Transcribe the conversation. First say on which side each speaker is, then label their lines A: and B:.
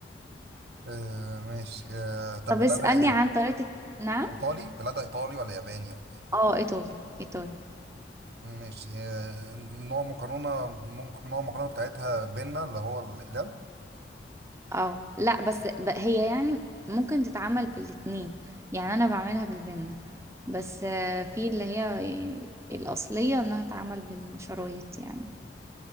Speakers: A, on the right; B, on the right.
A: آه ماشي آه طب
B: طب
A: بلدها
B: اسألني
A: ايه؟
B: عن طريقة الت- نعم
A: ايطالي بلدها ايطالي ولا ياباني ولا إيه؟
B: اه إيطالي إيطالي
A: ماشي آه، نوع مكرونة ممكن نوع المكرونة بتاعتها بينا اللي هو الإقلام
B: اه لأ بس ب- هي يعني ممكن تتعمل بالاتنين يعني أنا بعملها بالبنة بس آه، في اللي هي يعني الأصلية إنها تتعمل بالشرايط يعني